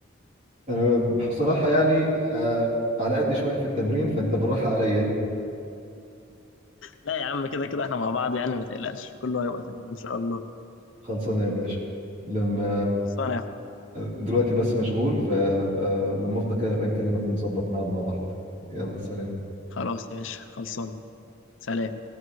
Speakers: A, on the right; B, on the left.
A: انا بصراحه يعني آه، على قد شويه في التمرين فانت بالراحه عليا
B: لا يا عم كده كده احنا مع بعض يعني ما تقلقش كله هيبقى تمام ان شاء الله
A: خلصانه يا باشا لما
B: خلصانة يا اخويا
A: دلوقتي بس مشغول فلما افضى كده ابقى نكلمك ونظبط ميعاد مع بعض يلا سلام
B: خلاص يا باشا خلصانة سلام